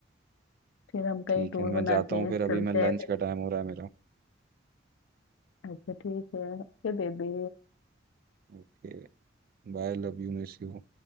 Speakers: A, on the left; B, on the right.
A: फिर हम कहीं
B: ठीक
A: टूर
B: है मैं
A: बनाते
B: जाता हूँ
A: हैं
B: फिर अभी
A: चलते
B: मैं लंच
A: हैं फिर
B: का टाइम हो रहा है मेरा
A: अच्छा ठीक है ओके बेबी
B: Okay bye love you miss you